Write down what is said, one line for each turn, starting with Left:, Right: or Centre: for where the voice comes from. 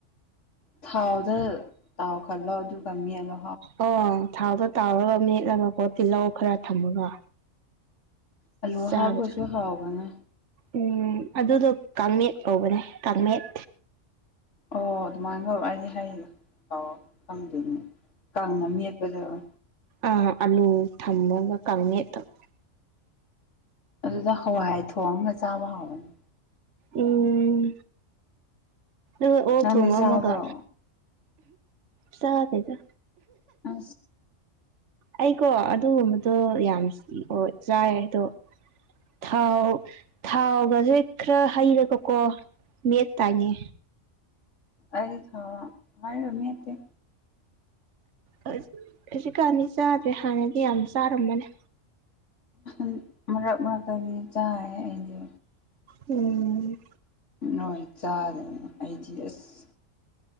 Left: ꯊꯥꯎꯗ ꯊꯥꯎ ꯈꯜꯂꯣ ꯑꯗꯨ ꯀꯝꯃꯤ ꯑꯗꯣ
Right: ꯑꯣ ꯊꯥꯗꯣ ꯇꯥꯎꯔꯒ ꯃꯦꯠꯂꯒ ꯄꯣꯠ ꯇꯤꯜꯍꯧ ꯈꯔ ꯊꯝꯃꯒ
Left: ꯑꯂꯨ
Right: ꯆꯥꯕꯗꯣ
Left: ꯍꯥꯎꯄꯁꯨ ꯍꯥꯎꯕꯅꯦ
Right: ꯎꯝ ꯑꯗꯨꯗꯣ ꯀꯥꯡꯃꯦꯠ ꯀꯧꯕꯅꯦ ꯀꯥꯡꯃꯦꯠ
Left: ꯑꯣ ꯑꯗꯨꯃꯥꯏꯅ ꯇꯧ ꯑꯩꯗꯤ ꯍꯥꯏꯥꯎ ꯈꯪꯗꯣꯏꯅꯦ ꯀꯥꯡꯅ ꯃꯤꯠꯄꯖꯔ
Right: ꯑ ꯑꯜꯂꯨ ꯊꯝꯒ ꯀꯃꯤ ꯑ ꯇꯕ
Left: ꯑꯗꯨꯗ ꯍꯋꯥꯏ ꯊꯣꯡꯉꯒ ꯆꯥꯕ ꯍꯥꯎꯕꯅꯤ
Right: ꯎꯝ ꯑꯣꯄꯃꯃꯒ
Left: ꯅꯪꯗꯤ ꯆꯥꯕ꯭ꯔꯣ
Right: ꯁꯥꯗꯖ
Left: ꯑ
Right: ꯑꯩꯀꯣ ꯑꯗꯨꯒꯨꯝꯕꯗꯣ ꯌꯥꯝ ꯆꯥꯏ ꯑꯗꯣ ꯊꯥꯎ ꯊꯥꯎꯒꯁꯦ ꯈꯔ ꯍꯩꯔꯒꯀꯣ ꯃꯇꯉ
Left: ꯑꯗꯤ ꯊꯥꯎ ꯍꯥꯏꯔꯣ ꯃꯠꯇ
Right: ꯍꯧꯖꯤꯛ ꯀꯥꯟꯅꯤ ꯆꯥꯗ꯭ꯔꯦ ꯍꯥꯟꯅꯗꯤ ꯌꯥꯝ ꯆꯥꯔꯝꯝꯕꯅꯤ
Left: ꯟ ꯃꯔꯛ ꯃꯔꯛꯇꯒꯤꯗꯤ ꯆꯥꯏ ꯑꯩꯗꯤ
Right: ꯎꯝ
Left: ꯅꯣꯏ ꯆꯥꯗꯅꯤ ꯑꯩꯗꯤ ꯑꯁ